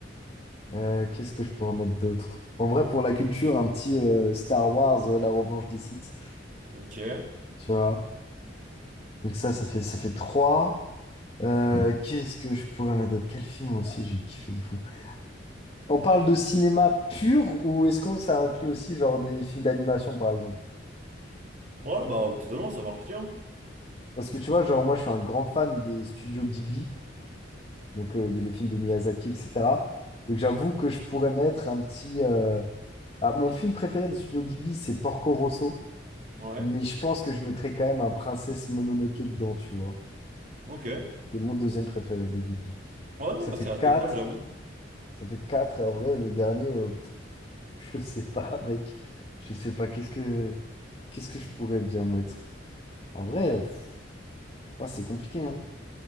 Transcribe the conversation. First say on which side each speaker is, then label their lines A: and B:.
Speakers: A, on the left; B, on the right.
A: Euh, qu'est-ce que je pourrais mettre d'autre? En vrai, pour la culture, un petit euh, Star Wars, euh, La Revanche des Sith,
B: Ok. Ouais,
A: tu vois. Donc ça, ça fait, ça fait 3. Euh, qu'est-ce que je pourrais mettre d'autre? Quel film aussi j'ai kiffé de fou? On parle de cinéma pur ou est-ce qu'on ça inclut aussi genre des films d'animation par exemple?
B: bah, totalement, ça marche aussi, hein.
A: Parce que tu vois, genre moi je suis un grand fan des studios Ghibli, donc euh, des les films de Miyazaki, etc. Donc j'avoue que je pourrais mettre un petit. euh, ah, mon film préféré des studios Ghibli, c'est Porco Rosso,
B: Ouais.
A: mais je pense que je mettrais quand même un Princesse Mononoke dedans, tu vois,
B: Ok.
A: qui est mon deuxième préféré des Ghibli.
B: Ouais, non,
A: Ça fait
B: c'est respectable,
A: 4
B: j'avoue.
A: Ça fait quatre En vrai, le dernier, euh, Je sais pas, mec. Je sais pas. Qu'est-ce que qu'est-ce que je pourrais bien mettre? En vrai, pff, ouais, c'est compliqué, hein.